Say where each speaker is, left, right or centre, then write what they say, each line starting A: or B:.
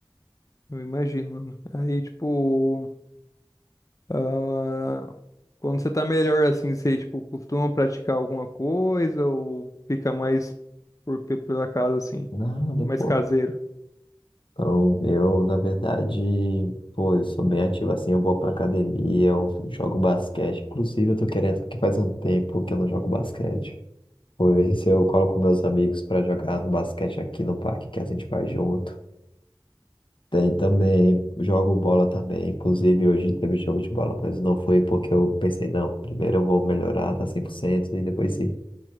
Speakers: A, on the left (about 40°); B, on the left (about 70°).
A: eu imagino, mano. Aí, tipo. Ah, quando você tá melhor assim, você tipo costuma praticar alguma coisa ou fica mais por pe- pela casa assim,
B: Nada,
A: é
B: pô.
A: mais caseiro?
B: Então, eu, na verdade, pô, eu sou bem ativo assim, eu vou pra academia, eu jogo basquete. Inclusive, eu tô querendo, porque faz um tempo que eu não jogo basquete. Pois eu coloco meus amigos pra jogar no basquete aqui no parque, que a gente vai junto. Tem também, jogo bola também. Inclusive, hoje teve jogo de bola, mas não foi porque eu pensei, não, primeiro eu vou melhorar, tá 100% e depois sim.